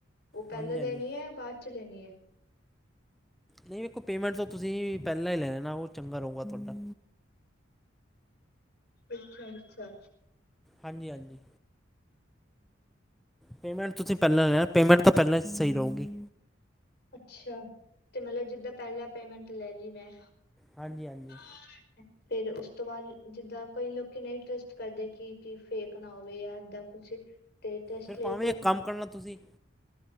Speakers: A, on the left; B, in the centre.
A: ਓ ਪੇਲਾਂ
B: ਹਾਂਜੀ
A: ਲੇਣੀ
B: ਹਾਂਜੀ
A: ਏ ਬਾਅਦ ਚ ਲੇਣੀ ਐ?
B: ਨਈ ਵੇਖੋ ਪੇਮੈਂਟ ਤਾਂ ਤੁਸੀਂ ਪੇਲਾਂ ਈ ਲੈ ਲੇਨਾ ਓ ਚੰਗਾ ਰਏਗਾ ਤੁਆਡਾ।
A: ਅੱਛਾ- ਅੱਛਾ।
B: ਹਾਂਜੀ- ਹਾਂਜੀ। ਪੇਮੈਂਟ ਤੁਸੀਂ ਪੇਲਾਂ ਲੈਣਾ, ਪੇਮੈਂਟ ਤਾਂ ਪੇਲਾਂ ਈ ਸਈ ਰਓਗੀ।
A: ਅੱਛਾ, ਤੇ ਮਤਲਬ ਜਿੱਦਾਂ ਪੇਲਾਂ ਪੇਮੈਂਟ ਲੈ ਲਈ ਮੈਂ?
B: ਹਾਂਜੀ -ਹਾਂਜੀ।
A: <unintelligible> ਫੇਰ ਉਸ ਤੋਂ ਬਾਅਦ ਜਿੱਦਾਂ ਕਈ ਲੋਕੀ ਨਈ ਟਰਸਟ ਕਰਦੇ ਕਿ- ਕੀ ਫੇਕ ਨਾ ਹੋਵੇ ਯਾਰ ਦਾ ਕੁਛ ਤੇ ਟੈਸਟ
B: ਫਿਰ
A: ਲਏ
B: ਭਾਵੇਂ
A: ਕੋਈ
B: ਇੱਕ ਕੰਮ ਕਰਨਾ ਤੁਸੀਂ?